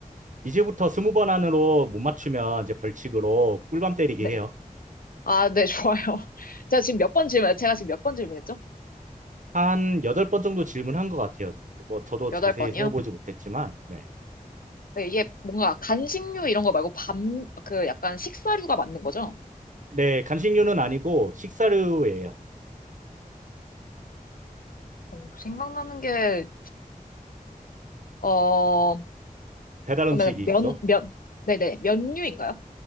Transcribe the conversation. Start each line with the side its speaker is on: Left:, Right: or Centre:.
Right: 이제부터 스무 번 안으로 못 맞추면 이제 벌칙으로 꿀밤 때리게
Left: 네.
Right: 해요.
Left: 아, 네, <laughs> 좋아요. 제가 지금 몇 번 질문, 제가 지금 몇 번 질문했죠?
Right: 한 여덟 번 정도 질문한 것 같아요. 뭐 저도
Left: 여덟
Right: 자세히
Left: 번이요?
Right: 세어보지 못했지만, 네.
Left: 네, 이게 뭔가 간식류 이런 거 말고 밥, 그 약간 식사류가 맞는 거죠?
Right: 네, 간식류는 아니고 식사류예요.
Left: 어, 생각나는 게, 어,
Right: 배달 음식이죠?
Left: 그러면 면, 면, 네네, 면류인가요?